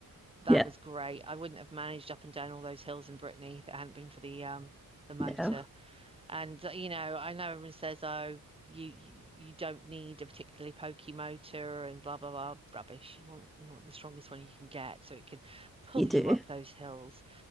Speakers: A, on the right; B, in the centre.
A: that
B: Yeah,
A: was great. I wouldn't have managed up and down all those hills in Brittany if it hadn't been for the um the motor.
B: yeah,
A: And uh, you know, I know everyone says, oh, you you, you don't need a particularly pokey motor and blah blah blah rubbish. You want we want the strongest one you can get so it can pull
B: you
A: you
B: do.
A: up those hills.